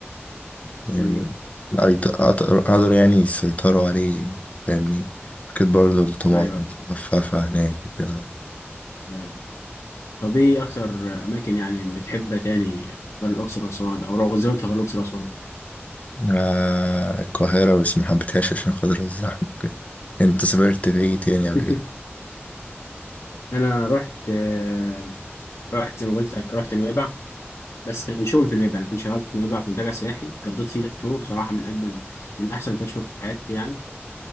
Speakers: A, on the left; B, on the left.
A: يعني
B: مم.
A: أيت- أقدر قدروا يعني يسيطروا عليه فاهمني فكرة برضه الطماطم
B: ايوه أيوة.
A: مخففة هناك وكده
B: مم. طب ايه اكتر اماكن يعني بتحبها تاني غير الاقصر واسوان او لو زرتها غير الاقصر واسوان
A: آه، القاهرة بس ما حبيتهاش عشان خاطر الزحمة وكده انت سافرت في ايه تاني قبل
B: <laughs>
A: كده؟
B: انا رحت آه، رحت زي ما قلت لك رحت نويبع بس كان شغل في نويبع انا كنت شغال في نويبع كنت راجع سياحي قضيت فيه ثلاث شهور صراحه من اجمل من احسن ثلاث شهور في حياتي يعني